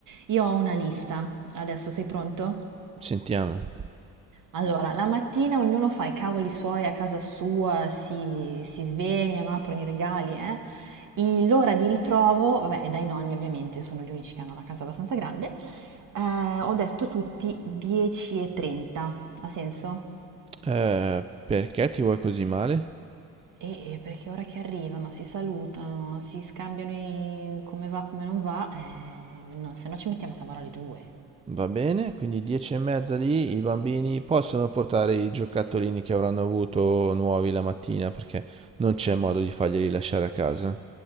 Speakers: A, on the right (about 55°); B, on the right (about 15°).
A: io ho una lista. Adesso sei pronto?
B: Sentiamo,
A: Allora, la mattina ognuno fa i cavoli suoi a casa sua, si, si svegliano, aprono i regali, eh. I- L'ora di ritrovo, vabbè, è dai nonni ovviamente, sono gli unici che hanno la casa abbastanza grande, eh, ho detto tutti 10.30, ha senso?
B: Eh, perché ti vuoi così male?
A: E e perché ora che arrivano, si salutano, si scambiano i come va, come non va, eh, no, se no ci mettiamo a tavola alle 2.
B: Va bene, quindi 10 e mezza lì, i bambini possono portare i giocattolini che avranno avuto nuovi la mattina, perché non c'è modo di farglieli lasciare a casa.